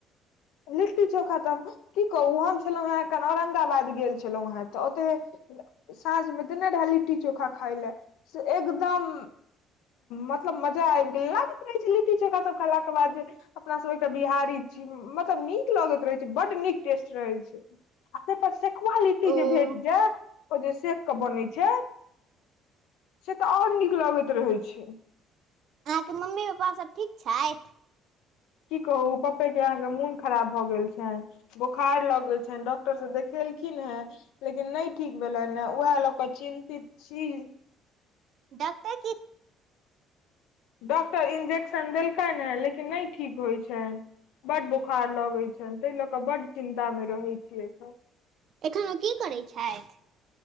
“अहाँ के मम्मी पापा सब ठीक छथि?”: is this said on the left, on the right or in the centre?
Right